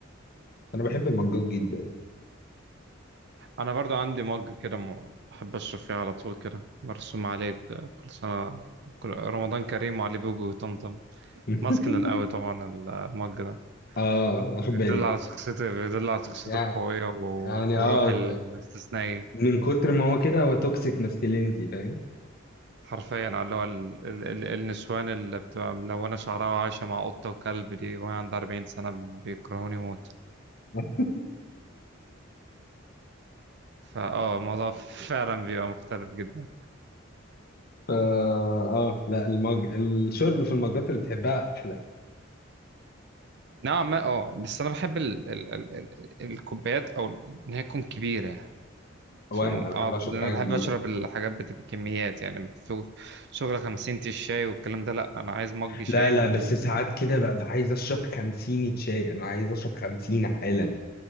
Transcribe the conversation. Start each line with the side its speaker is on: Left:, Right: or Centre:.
Left: أنا بحب المجاج جدا
Right: أنا برضو عندي مج كده م- بحب أشرب فيه على طول كده مرسوم عليه ك- كل سنة كل رمضان كريم وعلي بوجو وطمطم
Left: <laughs>
Right: ماسكلين أوي طبعا المج ده
Left: اه واخد
Right: بيدل
Left: بالي
Right: على شخصيتي بيدل على شخصيتي
Left: يعني
Right: القوية و...
Left: يعني
Right: وروحي
Left: اه
Right: الاستثنائية
Left: من كتر ما هو كده هو توكسيك ماسكلينيتي فاهم
Right: حرفيا على اللي هو ال- ال- ال- النسوان اللي بتبقى ملونة شعرها وعايشة مع قطة وكلب دي وهي عندها 40 سنة بيكرهوني موت
Left: <laughs>
Right: فاه الموضوع فعلا بيبقى مختلف جدا
Left: فا اه لا المج... الشرب في المجات اللي بتحبها احلى
Right: نوعا ما اه بس انا بحب ال ال ال ال الكوبايات او ال- ان هي تكون كبيرة
Left: هو
Right: عشان
Left: انا بحب
Right: اقعد
Left: اشرب
Right: لأن
Left: حاجه
Right: انا بحب
Left: كبيره
Right: اشرب الحاجات بتبقى كميات يعني مش شغل شغل 50 تي الشاي والكلام ده لا انا عايز مج شاي
Left: لا لا
Right: وماشي
Left: بس ساعات كده ببقى عايز اشرب 50 شاي انا عايز اشرب 50 حالا